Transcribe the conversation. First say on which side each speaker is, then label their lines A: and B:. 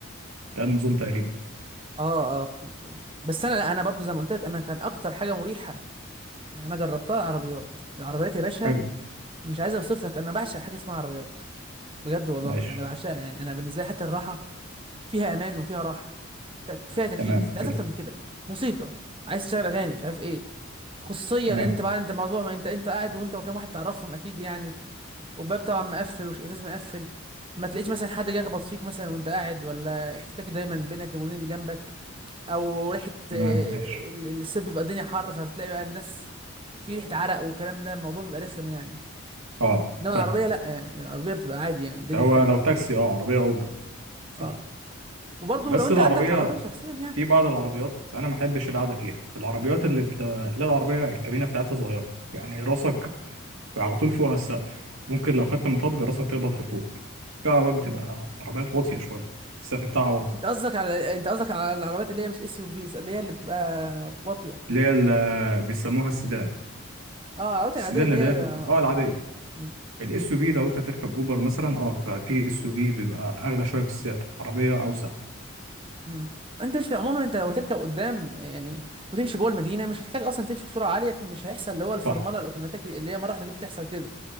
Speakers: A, on the right; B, on the right.
A: ده النظام تقريبا
B: اه اه فهمت اه بس انا لا انا برضو زي ما قلت لك انا كان اكتر حاجه مريحه انا جربتها العربيات العربيات يا باشا
A: حلو
B: مش عايز اوصف لك انا بعشق حاجه اسمها عربيات بجد والله
A: ماشي
B: انا بعشقها يعني انا بالنسبه لي حتى الراحه فيها امان وفيها راحه ت- فيها تكييف
A: تمام
B: انت عايز
A: حلو
B: اكتر من كده موسيقى عايز تشغل اغاني مش عارف ايه خصوصيه
A: تمام
B: لان انت بعد انت موضوع ما انت انت قاعد وانت وكام واحد تعرفهم اكيد يعني والباب طبعا مقفل والازاز مقفل ما تلاقيش مثلا حد جاي يخبط فيك مثلا وانت قاعد ولا احتكاك دايما بينك وبين اللي جنبك او ريحه
A: تمام
B: آه،
A: ماشي
B: ال- ال- الصيف بيبقى الدنيا حر فبتلاقي بقى الناس في ريحه عرق والكلام ده الموضوع بيبقى رخم يعني
A: اه
B: انما
A: فاهم
B: العربيه لا يعني العربيه بتبقى عادي يعني الدنيا
A: ده هو
B: حلوه
A: لو تاكسي اه عربية أجرة صح
B: اه وبرضه
A: بس
B: لو انت
A: العربية
B: عندك عربيه شخصيا يعني
A: في بعض العربيات أنا ما بحبش القعدة فيها العربيات اللي بتلا- اللي العربية الكابينة بتاعتها صغيرة يعني راسك على طول فوقها السقف ممكن لو خدت مطب راسك تخبط لفوق في عربيات بتبقى عربيات واطية شوية السقف بتاعها واطي
B: انت قصدك على انت قصدك على العربيات اللي هي مش اس يو فيز اللي هي اللي بتبقى واطيه
A: اللي هي اللي بيسموها السيدان
B: اه العربيات
A: السيدان
B: العاديه اللي
A: اللي
B: هي
A: هي
B: اه.
A: اه العادية
B: مم.
A: الاس يو في لو انت تركب اوبر مثلا اه ففي اس يو في بيبقى اغلى شوية في السعر عربية اوسع
B: مم. انت مش عموما انت لو هتركب قدام يعني وتمشي جوه المدينه مش هتحتاج اصلا تمشي بسرعه عاليه فمش هيحصل اللي هو الفرمله
A: صح
B: الاوتوماتيكي اللي هي مره واحده كده بتحصل كده